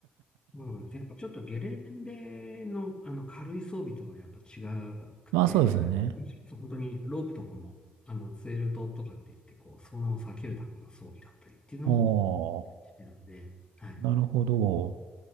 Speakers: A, on the left; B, on the right.
A: そうなんです。やっぱちょっとゲレンデの、あの軽い装備とはやっぱ違くて、
B: まあそうですね。
A: そう本当にロープとかも、あの、ツエルトとかって言って、こう、遭難を避けるための装備だったりっていうのも、
B: おー、
A: してるんで、はい。
B: なるほど。